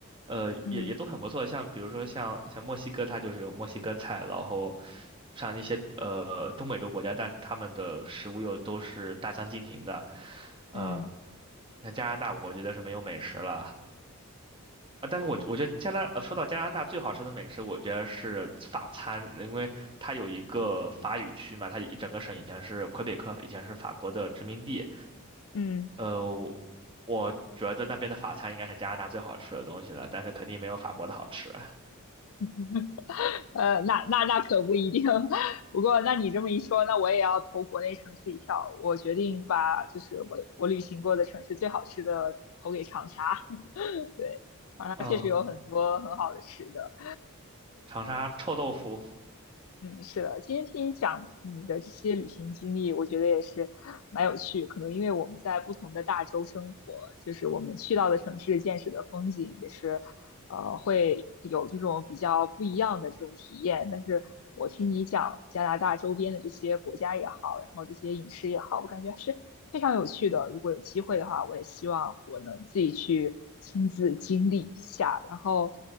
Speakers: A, on the right (about 25°); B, on the left (about 70°).
A: 呃，
B: <laughs> 嗯
A: 也也都很不错。像比如说像像墨西哥，它就是有墨西哥菜，然后像那些呃中美洲国家，但是他们的食物又都是大相径庭的。呃，
B: 嗯
A: 像加拿大，我觉得是没有美食了。啊，但是我我觉得加拿，呃说到加拿大最好吃的美食，我觉得是法餐，因为它有一个法语区嘛，它一整个省以前是魁北克，以前是法国的殖民地。
B: 嗯，
A: 呃，我我觉得那边的法餐应该是加拿大最好吃的东西了，但是肯定没有法国的好吃。
B: <laughs> 呃，那那那可不一定。<laughs> 不过，那你这么一说，那我也要投国内城市一票。我决定把就是我我旅行过的城市最好吃的投给长沙，<laughs> 对，它确实有很多很好的吃的。
A: 嗯，长沙臭豆腐。
B: 嗯，是的，今天听你讲你的这些旅行经历，我觉得也是蛮有趣。可能因为我们在不同的大洲生活，就是我们去到的城市见识的风景也是，呃，会有这种比较不一样的这种体验。但是我听你讲加拿大周边的这些国家也好，然后这些饮食也好，我感觉还是非常有趣的。如果有机会的话，我也希望我能自己去亲自经历一下。然后，